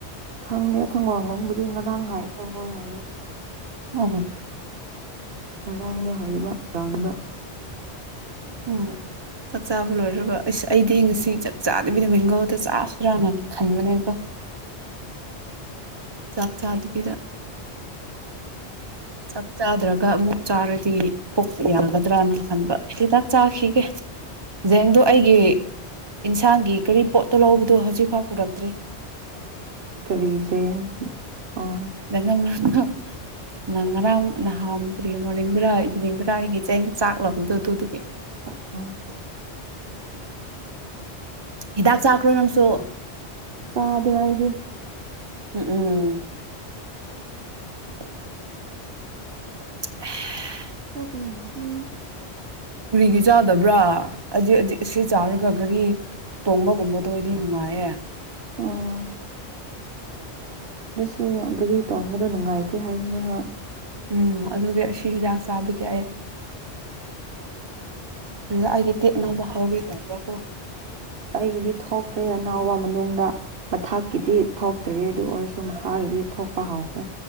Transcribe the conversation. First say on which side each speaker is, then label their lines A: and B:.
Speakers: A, on the right; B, on the right.
A: ꯈꯪꯅꯦꯦ ꯊꯣꯡꯒꯡꯂꯣꯡꯕꯨꯗꯤ ꯉꯔꯥꯡ ꯍꯥꯏꯔꯒ ꯍꯣꯏ ꯍꯥꯏꯌꯦꯦ
B: ꯑꯣ ꯍ
A: ꯉꯔꯥꯡꯗ ꯍꯥꯏꯔꯤꯕ ꯇꯥꯡꯅ
B: ꯎꯝ ꯆꯥꯛ ꯆꯥꯕ ꯂꯣꯏꯔꯒ ꯑꯩ ꯑꯩꯗꯤ ꯉꯁꯤ ꯆꯥꯛ ꯆꯥꯗꯕꯤꯗ ꯃꯦꯡꯒꯧꯗ ꯆꯥꯔ ꯏꯔꯥꯅꯅ ꯈꯟꯕꯅꯦ ꯑꯗꯣ ꯆꯥꯛ ꯆꯥꯗꯕꯤꯗ ꯆꯞ ꯆꯥꯗ꯭ꯔꯒ ꯑꯃꯨꯛ ꯆꯥꯔꯗꯤ ꯀꯣꯛꯛ ꯌꯥꯒꯗ꯭ꯔꯅ ꯈꯟꯕ ꯍꯤꯗꯥꯛ ꯆꯥꯈꯤꯒꯦ ꯖꯦꯡꯗꯨꯣ ꯑꯩꯒꯤ ꯏꯟꯁꯥꯡꯒꯤ ꯀꯔꯤ ꯄꯣꯠꯇꯣ ꯂꯧꯕꯗꯣ ꯍꯧꯖꯤꯛ ꯐꯥꯎ ꯄꯨꯔꯛꯇ꯭ꯔꯤ
A: ꯀꯔꯤꯖ ꯑꯣ
B: ꯅꯪ ꯉꯔꯥꯡ ꯅꯍꯥꯟ ꯀꯔꯤꯝ ꯃꯣꯔꯅꯤꯡꯗꯨꯔ ꯏꯚꯅꯤꯡꯗꯨꯔ ꯑꯩꯒꯤ ꯆꯦꯡ ꯆꯥꯛ ꯂꯥꯛꯄꯗ ꯑꯗꯨꯗꯒꯤ
A: <inaudible>
B: ꯍꯤꯗꯥꯛ ꯆꯥꯈ꯭ꯔꯣ ꯅꯪꯁꯨ
A: ꯆꯥꯗ ꯑꯏꯗ
B: ꯎꯝ ꯎꯝ <inaudible> <inaudible>
A: ꯀꯌꯥꯕꯤꯅꯦ ꯄ
B: ꯄꯨꯔꯒꯦ ꯆꯥꯗꯕ꯭ꯔꯥ ꯍꯧꯖꯤ ꯍꯧ ꯁꯤ ꯆꯥꯔꯒ ꯘꯔꯤ ꯇꯣꯡꯕꯒꯨꯝꯕꯗꯣ ꯑꯩꯗꯤ ꯅꯨꯡꯉꯥꯏꯌꯦ
A: ꯑꯣ ꯑꯣ ꯒꯥꯔꯤ ꯇꯣꯡꯕꯗꯣ ꯅꯨꯡꯉꯥꯏꯇꯦ ꯍꯥꯏꯕꯅꯦ ꯍꯣꯏ
B: ꯎꯝ ꯑꯗꯨꯒꯤ ꯑꯁꯤ ꯍꯤꯗꯥꯛ ꯆꯥꯕꯒꯤ ꯑꯩ ꯑꯩꯒꯤ ꯇꯦꯠ ꯅꯕꯈꯥꯎꯒꯦ ꯇꯧꯔꯀꯣ
A: ꯑꯩꯒꯤꯗꯤ ꯊꯣꯛꯈ꯭ꯔꯦ ꯑꯅꯥꯎꯕ ꯃꯅꯨꯡꯗ ꯃꯊꯥꯛꯀꯤꯗꯤ ꯊꯣꯛꯇꯔꯤ ꯑꯗꯨ ꯑꯣꯏꯔꯁꯨ ꯃꯍꯥꯛꯀꯤꯒꯤꯗꯤ ꯊꯣꯛꯄ ꯍꯧꯈ꯭ꯔꯦ